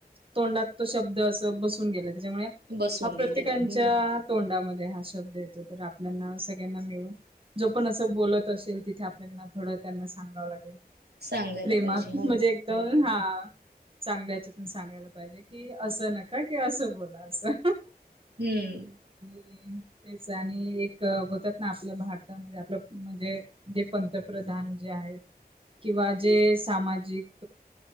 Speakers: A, on the right; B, on the right.
A: तोंडात तो शब्द असं बसून गेला त्यामुळे
B: बसून
A: हा प्रत्येकच्या
B: गेलेलं आहे हम्म
A: तोंडामध्ये हा शब्द येतो तर आपल्याना सगळ्यांना मिळून जो पण असं बोलत असेल तिथे आपल्याना थोडं त्यांना सांगावं लागेल
B: सांगायला
A: प्रेमात
B: पाहिजे हो
A: म्हणजे एकदम हा. चांगल्या हच्यातून सांगायला पाहिजे, कि असं नका कि असं बोला असं.
B: हम्म.
A: हम् <unintelligible> तेच आणि एक होतात ना, आपल्या भारतामध्ये आपलं म्हणजे, जे पंतप्रधान. किंवा जे सामाजिक.